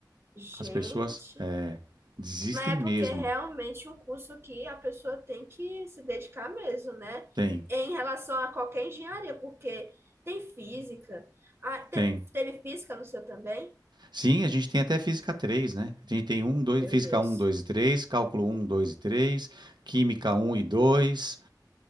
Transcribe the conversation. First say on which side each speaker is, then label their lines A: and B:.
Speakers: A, on the right; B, on the right.
A: Gente,
B: As pessoas desistem
A: mas
B: mesmo.
A: é porque realmente é realmente um curso que a pessoa tem que se dedicar mesmo, né?
B: Tem.
A: Em relação a qualquer engenharia, porque tem física. Ah, teve,
B: Tem.
A: teve física no seu também?
B: Sim, a gente tem até física três né? A gente tem um, dois,
A: Meu
B: física
A: Deus.
B: um 2 e 3, cálculo um 2 e 3, química um e dois